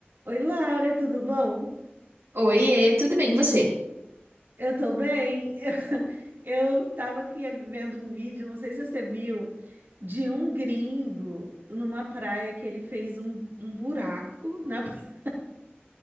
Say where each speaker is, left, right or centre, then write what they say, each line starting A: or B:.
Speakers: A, on the right (about 60°); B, on the right (about 85°).
A: Oi, Laura, tudo bom?
B: Oiê, tudo bem, e você?
A: Eu tô bem. <laughs> Eu tava aqui vendo um vídeo, não sei se você viu, de um gringo numa praia que ele fez um, um buraco na <laughs> praia.